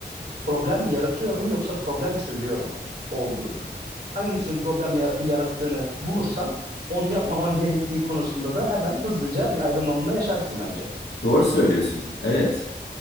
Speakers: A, on the right (about 65°); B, on the left (about 75°).
A: problem yaratıyor mu yoksa problem çözüyor mu olduğudur. Hangisinin problem ya- yarattığını bulursan onu yapmaman gerektiği konusunda da hemen hızlıca bir aydınlanma yaşarsın bence.
B: Doğru söylüyorsun. Evet.